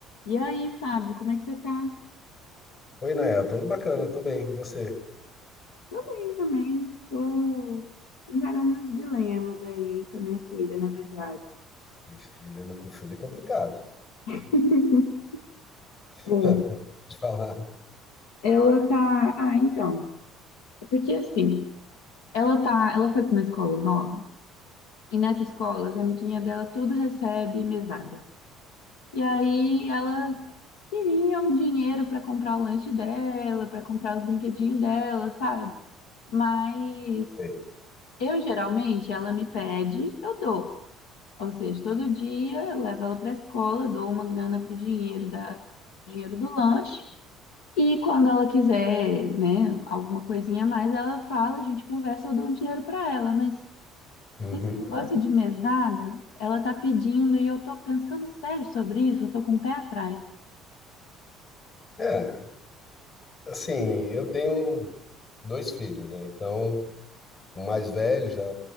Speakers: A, on the left (about 75°); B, on the left (about 45°).
A: E aí, Fábio, como é que você tá?
B: Oi, Naya, tô bacana, tô bem, e você?
A: Tô bem também. Tô encarando uns dilemas aí com a minha filha, na verdade.
B: Ixi, dilema com filho é complicado.
A: <laughs>
B: <laughs>
A: É.
B: Vou Te falar.
A: Ela tá. Ah, então. É porque assim, ela tá. Ela foi pra uma escola nova, e nessa escola, as amiguinhas dela tudo recebe mesada. E aí ela queria um dinheiro pra comprar o lanche dela, pra comprar os brinquedinhos dela, sabe? Mas
B: Ei.
A: eu geralmente ela me pede, eu dou. Ou seja, todo dia eu levo ela para a escola, dou uma grana pro dinheiro da dinheiro do lanche. E quando ela quiser, né, alguma coisinha a mais, ela fala, a gente conversa, eu dou um dinheiro para ela, mas
B: Uhum.
A: esse negócio de mesada, ela tá pedindo e eu tô pensando sério sobre isso, eu tô com o pé atrás.
B: É, assim, eu tenho dois filhos, né? Então, o mais velho já